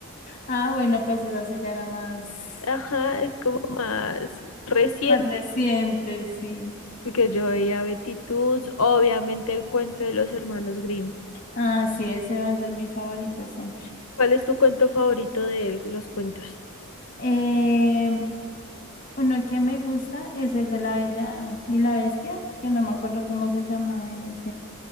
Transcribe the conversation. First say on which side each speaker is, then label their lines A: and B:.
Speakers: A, on the left; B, on the left.
A: Ah, bueno, pues esa sí ya era más,
B: Ajá, es como más reciente,
A: más reciente, sí.
B: porque yo veía Betty Toons, obviamente el cuento de los hermanos Grimm.
A: Ah, sí, ese va a ser mi favorito siempre.
B: ¿Cuál es tu cuento favorito de los cuentos?
A: Eh, Uno que me gusta es el de La Bella y la Bestia, que no me acuerdo cómo se llamaba en ese.